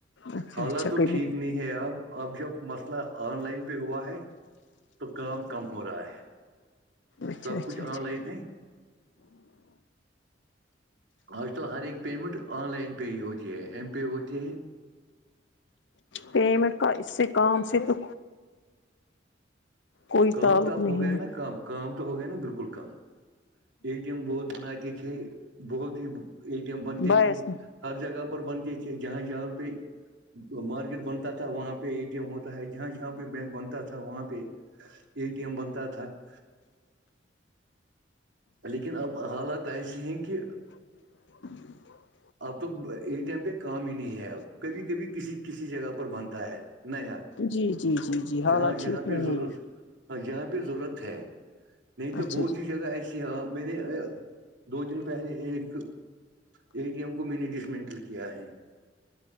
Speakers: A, on the left; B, on the right.
A: اچھا
B: حالات
A: اچھا
B: تو
A: کبھی
B: ٹھیک نہیں ہے اب اب جب مسئلہ آن لائن پہ ہوا ہے تو کام کم ہو رہا ہے
A: اچھا
B: سب
A: اچھا
B: کچھ
A: اچھا
B: آن لائن ہے آج تو ہر ایک پیمنٹ آن لائن پہ ہی ہوتی ہے ایم پے ہوتی ہے
A: پیمنٹ کا اس سے کام سے تو کوئی
B: کام
A: تعلق
B: تو آپ
A: نہیں
B: ہو گئے
A: ہے
B: نا کام کام تو ہو گئے نا بالکل کام <unintelligible> ا ٹی ایم بہت بناتے تھے بہت ہی ا ٹی ایم بنتے
A: بس
B: تھے ہر جگہ پر بنتی تھے جہاں جہاں پہ مارکیٹ بنتا تھا وہاں پہ اے ٹی ایم ہوتا ہے جہاں جہاں پہ بینک بنتا تھا وہاں پہ ا ٹی ایم بنتا تھا <unintelligible> لیکن اب حالات ایسے ہیں کہ
A: ج <unintelligible>
B: اب تو ا ٹی ایم پہ کام ہی نہیں ہے اب کبھی کبھی کسی کسی جگہ پر بنتا ہے نیا
A: جی جی جی جی حالات
B: جہاں جہاں
A: ٹھیک
B: پہ
A: نہیں
B: ضرورت
A: ہے
B: ہاں جہاں پہ ضرورت ہے نہیں تو
A: اچھا
B: بہت
A: جی
B: ہیی جگہ ایسی جی ہاں میں نے دو دن پہلے ایک ا ٹی ایم کو میں نے ڈسمنٹل کیا ہے <unintelligible>